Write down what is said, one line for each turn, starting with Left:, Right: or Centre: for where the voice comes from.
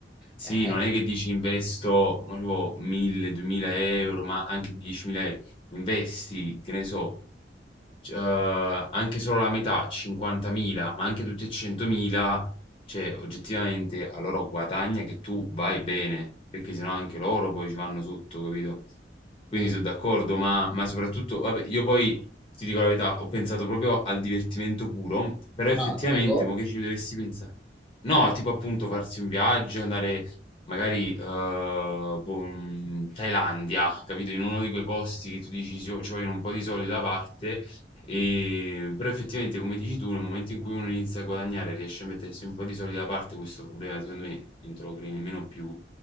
Left: Sì,
Centre: Eh,
Left: non è che dici investo, ma tipo 1000, 2000 euro, ma anche 10.000 euro. Investi, che ne so, c uhm, anche solo la metà, 50.000, ma anche tutti e 100.000, cioè oggettivamente a loro guadagna che tu vai bene, perché sennò anche loro poi ci vanno sotto, capito? Quindi
Centre: mm.
Left: so' d'accordo, ma ma soprattutto vabbè, io poi ti dico la verità, ho pensato proprio al divertimento puro, però effettivamente
Centre: Ah, tipo?
Left: mo' che ci dovessi pensa no, tipo appunto farsi un viaggio, andare magari, uhm, boh, mhmm, Thailandia, capito? In uno di quei posti che tu dici: "Ci vo ci vogliono un po' di soldi da parte", Ehm, però effettivamente come dici tu, nel momento in cui uno inizia a guadagnare, riesce a mettersi un po' di soldi da parte, questo problema secondo me non te lo crei nemmeno più.